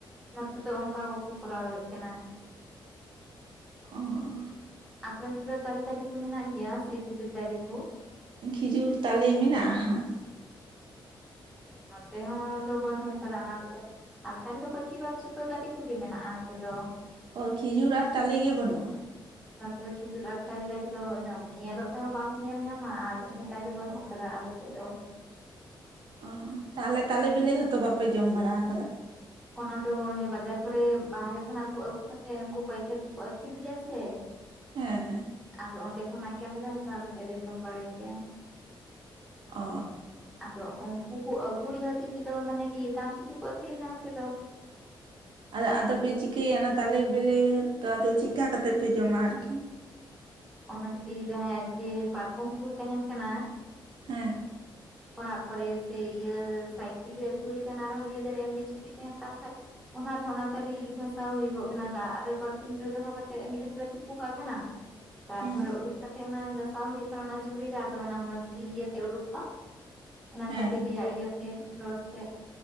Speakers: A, in the centre; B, on the right (about 65°).
A: ᱱᱚᱛᱮ ᱛᱚ ᱚᱱᱠᱟ ᱵᱟᱠᱚ ᱠᱚᱨᱟᱣᱮᱫ ᱠᱟᱱᱟ
B: ᱚ
A: ᱟᱯᱮ ᱚᱱᱛᱮ ᱫᱚ ᱛᱟᱞᱮ ᱫᱟᱨᱮ ᱠᱚ ᱢᱮᱱᱟᱜ ᱜᱮᱭᱟ ᱥᱮ ᱠᱷᱤᱡᱩᱨ ᱫᱟᱨᱮ ᱠᱚ
B: ᱠᱷᱤᱡᱩᱨ ᱛᱟᱞᱮ ᱢᱮᱱᱟᱜ-ᱟ ᱦᱟᱸᱜ
A: ᱱᱚᱛᱮ ᱦᱚᱸ ᱫᱚ ᱵᱟᱹᱱᱩᱜ ᱟᱠᱟᱫᱟ ᱚᱱᱟ ᱠᱚᱫᱚ ᱟᱨᱠᱷᱟᱱ ᱫᱚ ᱵᱟᱠᱤ ᱵᱟᱫᱽ ᱡᱚᱛᱚ ᱫᱟᱨᱮ ᱠᱚᱜᱮ ᱢᱮᱱᱟᱜ-ᱟ ᱱᱚᱛᱮ ᱫᱚ
B: ᱚ ᱠᱷᱤᱡᱩᱨ ᱟᱨ ᱛᱟᱞᱮ ᱜᱮ ᱵᱟᱹᱱᱩᱜ-ᱟ
A: ᱚᱱᱟ ᱠᱚ ᱫᱚ ᱠᱷᱤᱡᱩᱨ ᱟᱨ ᱛᱟᱞᱮ ᱫᱟᱨᱮ ᱩᱱᱟᱹᱜ ᱧᱮᱞᱚᱜ ᱛᱮᱦᱚᱸ ᱵᱟᱢ ᱧᱮᱞ ᱧᱟᱢᱟ ᱟᱨ ᱮ ᱞᱟᱱ ᱫᱚ ᱵᱟᱹᱱᱩᱜ ᱟᱠᱟᱫᱟ ᱚᱱᱟ ᱟᱞᱮᱥᱮᱫ ᱫᱚ
B: ᱚ ᱛᱟᱦᱚᱞᱮ ᱛᱟᱞᱮ ᱵᱤᱞᱤ ᱦᱚᱸᱛᱚ ᱵᱟᱯᱮ ᱡᱚᱢ ᱵᱟᱲᱟ ᱟᱠᱟᱫᱟ
A: ᱚᱱᱟ ᱫᱚ ᱚᱱᱮ ᱵᱟᱡᱟᱨ ᱠᱚᱨᱮ ᱵᱟᱦᱨᱮ ᱠᱷᱚᱱᱟᱜ ᱠᱚ ᱟᱹᱜᱩ ᱠᱟᱛᱮᱜ ᱩᱱᱠᱩ ᱯᱟᱹᱭᱠᱟᱹᱨ ᱠᱚᱠᱚ ᱟᱹᱠᱷᱨᱤᱧ ᱜᱮᱭᱟ ᱥᱮ <inaudible>
B: ᱦᱮᱸ ᱦᱮᱸ
A: ᱟᱫᱚ ᱚᱸᱰᱮ ᱠᱷᱚᱱᱟᱜ ᱜᱮ ᱟᱞᱮ ᱫᱚ ᱦᱟᱛᱟᱣ ᱠᱟᱛᱮᱫ ᱞᱮ ᱡᱚᱢ ᱵᱟᱲᱟᱭ ᱠᱮᱭᱟ
B: ᱚ
A: ᱟᱫᱚ ᱩᱱᱠᱩ ᱠᱚ ᱟᱹᱜᱩᱭ ᱠᱷᱟᱹᱛᱤᱨ ᱛᱮᱫᱚ, ᱢᱟᱱᱮ ᱰᱷᱮᱨ ᱫᱟᱢ ᱛᱮᱜᱮ ᱠᱚ ᱟᱹᱠᱷᱨᱤᱧᱟ ᱱᱚᱛᱮ ᱫᱚ ᱾
B: ᱟᱫᱚ ᱟᱫᱚᱯᱮ ᱪᱤᱠᱟᱹᱭᱟ ᱚᱱᱟ ᱛᱟᱞᱮ ᱵᱮᱞᱮ, ᱛᱚ ᱟᱫᱚ ᱪᱮᱫᱠᱟ ᱠᱟᱛᱮᱫ ᱯᱮ ᱡᱚᱢᱟ ᱟᱨᱠᱤ?
A: ᱚᱱᱟ ᱡᱩᱫᱤ ᱡᱟᱦᱟᱸᱭᱟᱜ ᱡᱮ ᱯᱟᱨᱠᱚᱢ ᱠᱚ ᱛᱟᱦᱮᱱ ᱠᱟᱱᱟ ᱾
B: ᱦᱮᱸ᱾
A: <inaudible> ᱚᱲᱟᱜ ᱠᱚᱨᱮ ᱥᱮ ᱤᱭᱟᱹ, ᱥᱟᱭᱠᱮᱞ ᱨᱮᱭᱟᱜ ᱡᱷᱩᱲᱤ ᱛᱟᱦᱮᱱᱟ ᱟᱨᱦᱚᱸ ᱤᱭᱟᱹ ᱫᱟᱲᱮᱼᱟ ᱮᱢ ᱢᱤᱫ ᱡᱷᱩᱲᱤ ᱛᱟᱦᱮᱱ ᱛᱟᱢ ᱠᱷᱟᱡ ᱚᱱᱟ ᱨᱮᱦᱚᱸ ᱚᱱᱟ ᱛᱟᱞᱤ ᱜᱷᱟᱥᱟᱣ ᱦᱩᱭᱩᱜᱚᱜ ᱠᱟᱱᱟ᱾ ᱫᱟᱜ ᱨᱮ ᱵᱟᱞᱴᱤᱱ ᱨᱮ ᱫᱚᱦᱚ ᱠᱟᱛᱮᱜ ᱢᱤᱫ ᱜᱷᱟᱨᱮ ᱛᱩᱯᱩ ᱠᱟᱜ ᱠᱟᱱᱟ᱾ ᱛᱟᱨᱯᱚᱨᱮ
B: ᱦᱩᱸ
A: ᱩᱰᱩᱠ ᱠᱟᱛᱮ, ᱚᱱᱟ ᱜᱟᱥᱟᱣ ᱦᱩᱭᱩᱜ ᱠᱟᱱᱟ ᱚᱱᱟ ᱡᱷᱩᱲᱤ ᱨᱮ ᱟᱫᱚ ᱚᱱᱟ ᱢᱚᱸᱡᱽ ᱜᱮ ᱤᱭᱟᱹᱛᱮ ᱩᱰᱩᱠᱚᱜ-ᱟ᱾ ᱚᱱᱟ
B: ᱦᱮᱸ
A: ᱛᱟᱞᱮ ᱨᱮᱭᱟᱜ ᱤᱭᱟᱹᱛᱮ ᱨᱚᱥ ᱛᱮ,